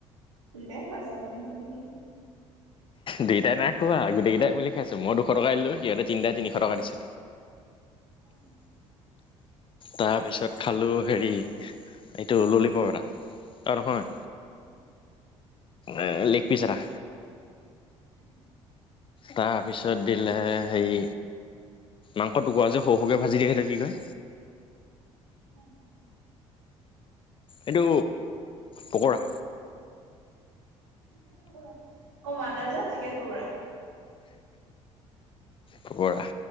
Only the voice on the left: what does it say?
দুইটাই নাই খোৱা, গোটেইকেইটাই মিলি খাইছো মই দুশ টকা আনিলো সিহঁতে তিনিটা তিনিশ টকা দিছে।
তাৰপিছত খালোঁ হেৰি এইটো ল'লি প'প এটা। আৰু নহয়
এ' লেগ পিচ এটা।
তাৰপিছত দিলে হেৰি মাংস টুকুৰা যে সৰু-সৰুকৈ ভাজি দিয়ে যে সেইটো কি কয়।
এইটো পকৰা।
পকৰা।